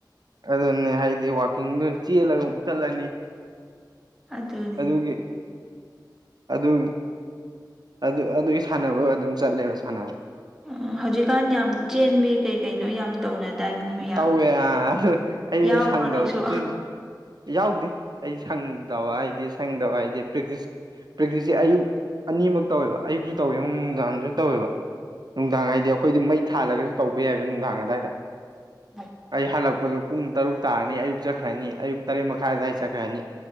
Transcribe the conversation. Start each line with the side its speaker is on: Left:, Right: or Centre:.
Right: ꯑꯗꯨꯅꯦ ꯍꯥꯏꯗꯤ ꯋꯥꯋꯥꯛꯀꯤꯡꯗ ꯆꯦꯜꯂꯒ ꯑꯃꯨꯛ ꯆꯠꯂꯅꯤ
Centre: ꯑꯗꯨꯅꯤ
Right: ꯑꯗꯨꯒꯤ ꯑꯗꯨ ꯑꯗꯨ ꯑꯗꯨꯒꯤ ꯁꯥꯟꯅꯕ ꯑꯗꯨꯝ ꯆꯠꯂꯦꯕ ꯁꯥꯟꯅꯕꯗ
Centre: ꯎꯝ ꯍꯧꯖꯤꯛꯀꯥꯟ ꯌꯥꯝ ꯆꯦꯟꯕꯤ ꯀꯩ ꯀꯩꯅꯣ ꯌꯥꯝ ꯇꯧꯅꯗꯥꯏ ꯃꯤ ꯃꯌꯥꯝ
Right: ꯇꯧꯋꯦ ꯑꯥ ꯑꯗꯨ ꯑꯩ
Centre: ꯌꯥꯎꯕ꯭ꯔꯣ
Right: ꯁꯪꯗꯕꯁꯨ
Centre: ꯅꯪꯁꯨ
Right: ꯆꯦꯟꯁꯤ ꯌꯥꯎꯗꯦ ꯑꯩ ꯁꯪꯗꯕ ꯍꯥꯏꯗꯤ ꯁꯪꯗꯕ ꯍꯥꯏꯗꯤ ꯄ꯭ꯔꯦꯛꯇꯤꯁ ꯄ꯭ꯔꯦꯛꯇꯤꯁꯁꯦ ꯑꯌꯨꯛ ꯑꯅꯤꯃꯛ ꯇꯧꯋꯦꯕ ꯑꯌꯨꯛꯁꯨ ꯇꯧꯋꯦ ꯑꯃꯛ ꯅꯨꯡꯗꯥꯡꯁꯨ ꯇꯧꯋꯦꯕ ꯅꯨꯡꯗꯥꯡ ꯍꯥꯏꯗꯤ ꯑꯩꯈꯣꯏꯗꯤ ꯃꯩ ꯊꯥꯜꯂꯒꯁꯨ ꯇꯧꯕ ꯌꯥꯏꯑꯕ ꯅꯨꯡꯗꯥꯡ ꯑꯗꯥꯋꯥꯏꯗ
Centre: ꯑꯩꯏ
Right: ꯑꯩ ꯍꯜꯂꯛꯄꯗꯣ ꯄꯨꯡ ꯇꯔꯨꯛ ꯇꯥꯔꯅꯤ ꯑꯌꯨꯛ ꯆꯠꯈ꯭ꯔꯅꯤ ꯑꯌꯨꯛ ꯇꯔꯦꯠ ꯃꯈꯥꯏꯗ ꯑꯑꯗꯥꯏ ꯆꯠꯈ꯭ꯔꯅꯤ